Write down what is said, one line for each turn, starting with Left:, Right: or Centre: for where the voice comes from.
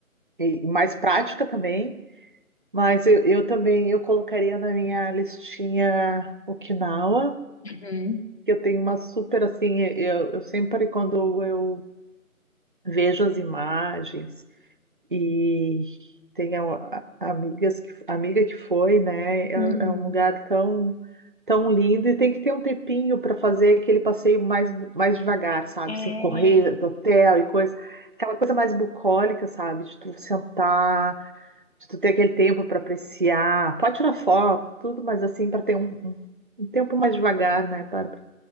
Right: e mais prática também. Mas eu, eu também eu colocaria na minha listinha Okinawa,
Left: Uhum,
Right: que eu tenho uma super assim, eu, eu sempre quando eu vejo as imagens e tenho a- a- amigas que, amiga que foi, né? É,
Left: uhum.
Right: é um lugar tão tão lindo e tem que ter um tempinho para fazer aquele passeio mais mais devagar, sabe?
Left: É,
Right: Sem correr do hotel e coisa, aquela coisa mais bucólica, sabe? De tu sentar de tu ter aquele tempo para apreciar. Pode tirar foto, tudo, mas assim, para ter um, um, um, tempo mais devagar, né, Bárbara?